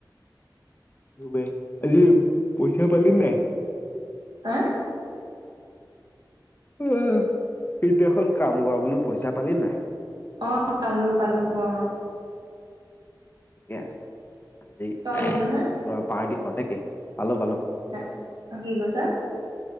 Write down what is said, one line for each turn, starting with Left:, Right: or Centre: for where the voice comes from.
Left: উম <unintelligible> আজি পইচা পালি নাই?
Right: হা?
Left: সিদিনাখন কাম কৰা বুলো পইচা পালি নাই?
Right: অ', পালো পালো, অ'।
Left: ঠিকে আছে, আজি
Right: তই পালি
Left: পুৰা
Right: নহয়
Left: পাৰ্টী <unintelligible> পালো পালো।
Right: হা, অ' কি কৈছ?